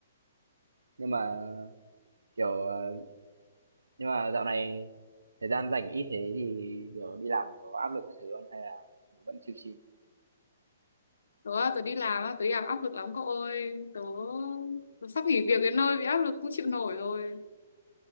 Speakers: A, on the right; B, on the left.
A: Nhưng mà, kiểu, ờ Nhưng mà dạo này thời gian rảnh ít thế thì kiểu đi làm có áp lực các thứ không hay là nó vẫn chill chill?
B: Tớ, á, tớ đi làm á, tớ đi làm áp lực lắm cậu ơi. Tớ, tớ sắp nghỉ việc đến nơi vì áp lực không chịu nổi rồi.